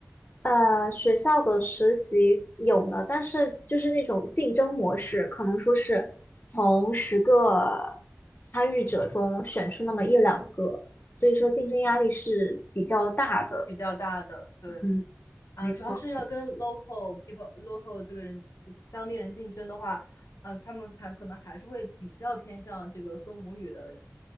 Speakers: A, on the left; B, on the left.
A: 呃，学校的实习有呢，但是就是那种竞争模式，可能说是从十个参与者中选出那么一两个，所以说竞争压力是比较大的。
B: 比较大的，对。
A: 嗯，
B: 啊，
A: 没错，
B: 主要是要跟 local people、local 这个人当地人竞争的话，啊，他们还可能还是会比较偏向这个说母语的人。